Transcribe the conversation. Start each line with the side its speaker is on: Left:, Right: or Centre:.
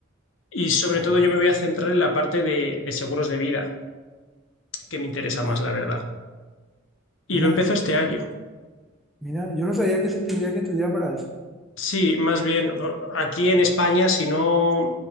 Left: Y sobre
Centre: Oh,
Left: todo yo me voy a centrar en la parte de, de seguros de vida, que me interesa
Centre: ah,
Left: más, la verdad. Y
Centre: mira,
Left: lo empezó este
Centre: yo,
Left: año.
Centre: mira, yo no sabía que se tendría que estudiar para eso.
Left: Sí, más bien por- aquí en España, si no...